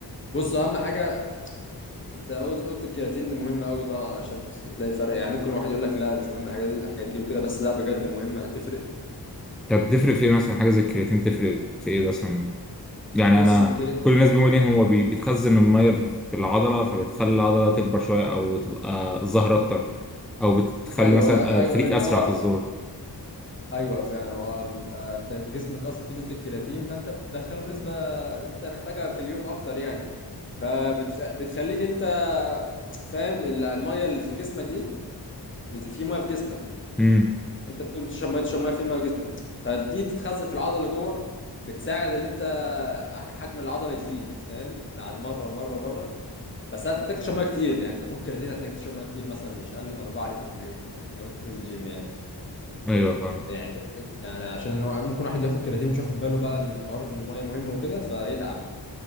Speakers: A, on the left (about 30°); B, in the centre.
A: بص اهم حاجه انت قلت قلت الكرياتين ده مهم قوي طبعا عشان تلاقي فرق يعني ممكن واحد يقول لك لا مش مهم الحاجات الحاجات دي وكده بس لا بجد مهمه هتفرق
B: طب بتفرق في ايه مثلا حاجة زي الكرياتين بتفرق في ايه مثلا يعني
A: بص
B: انا
A: الكري...
B: كل الناس بيقولوا ليه هو بي- بيتخزن الميه في العضله فبتخلي العضله تكبر شويه او تبقى ظهر اكتر او بتخلي
A: ايوه
B: مثلا
A: ايوه
B: آه، تخليك
A: لان
B: اسرع
A: هو
B: في الظهور
A: ايوه فعلا هو بيبقى انت جسمك اصلا فيه نسبه كرياتين فانت بتدخله نسبه انت محتاجها في اليوم اكتر يعني فبتخليك انت فاهم ال- الميه اللي في جسمك دي بت- في ميه في جسمك
B: امم
A: انت بتقوم تشرب ميه تشرب ميه في ميه في جسمك فبتيجي تتخزن في العضله اللي جوه بتساعد ان انت ح- حجم العضله يزيد فاهم بعد مره ومره ومره بس هتحتاج تشرب ميه كتير يعني انت تاخد كرياتين هتحتاج تشرب ميه كتير مثلا مش اقل من 4 لتر في اليوم لو انت بتنزل جيم يعني
B: ايوه فاهم
A: يعني يعني عشان هو ممكن واحد ياخد كرياتين مش واخد باله بقى ان حوار الميه مهم وكده فيتعب